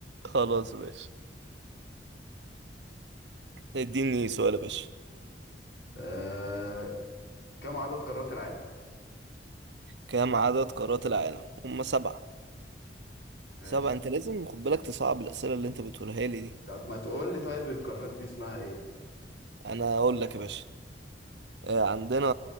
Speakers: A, on the right (about 80°); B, on the left (about 80°).
A: خلاص يا باشا اديني سؤال يا باشا
B: آه... كم عدد قارات العالم؟
A: كم عدد قارات العالم هم سبعة
B: ماشي
A: سبعة انت لازم خد بالك تصعب الاسئله اللي انت بتقولها لي دي
B: طب ما تقول لي طيب القارات دي اسمها ايه؟
A: انا اقول لك يا باشا آه، عندنا